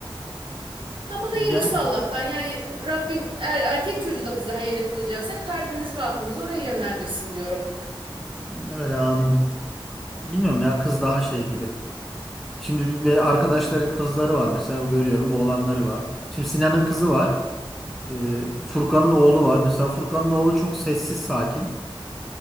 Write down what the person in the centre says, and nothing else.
Yani
öyle amin. Bilmiyorum ya kız daha şey gibi. Şimdi bir bir arkadaşların kızları var mesela görüyorum oğlanları var. Şimdi Sinan'ın kızı var. Ee, Furkan'ın oğlu var. Mesela Furkan'ın oğlu çok sessiz sakin.